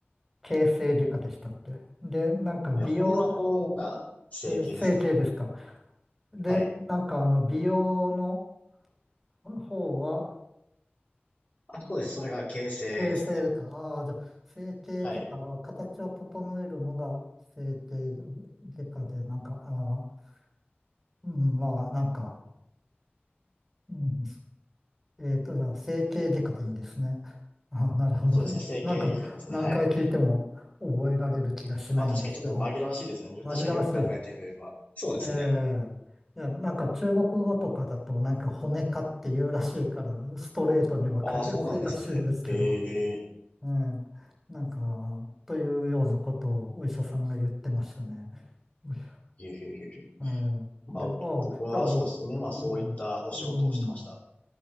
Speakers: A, in the centre; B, on the left.
A: 形成外科でしたっけで、なんか、美容、
B: いや、骨の方が整形ですね。
A: えー整形ですかで、
B: はい。
A: なんか、あの、美容の方は、
B: あ、そうです。それが形成ですね。
A: 形成でか。ああ、じゃあ、整形外科は形を整えるのが整形外科で、
B: はい。
A: なんか、ああ、うん、まあ、なんか、うん、えっと、じゃあ、整形外科でいいんですね。<laughs> ああ、なるほど。
B: そうですね。整形外科ですね。
A: なんか、何回聞いても覚えられる気がしないんですけど、
B: はい。まあ確かにちょっと紛らわしいですね。
A: 紛らわしい。
B: 確かによく考えてみれば。そうですね。
A: ええいや、なんか中国語とかだと、なんか骨科っていうらしいから、ストレートにわかりやすいらしいんですけど、
B: ああ、そうなんですね。へえ。
A: うん。なんか、というようなことをお医者さんが言ってましたね。うい
B: へえへえへえ。
A: うん。
B: まあ、
A: で、あ、
B: 僕はそうですね。
A: じゃあ、
B: まあそういったお仕事をしてました。
A: うん、うん。